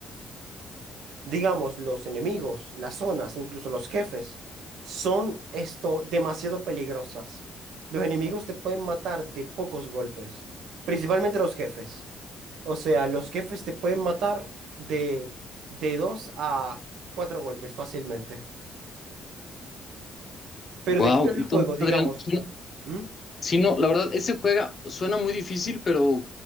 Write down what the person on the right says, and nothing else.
digamos, los enemigos, las zonas, incluso los jefes, son esto demasiado peligrosas. Los enemigos te pueden matar de pocos golpes, principalmente los jefes. O sea, los jefes te pueden matar de, de dos a cuatro golpes fácilmente. Pero
de qué quitas
el juego, digamos.
¿Mm?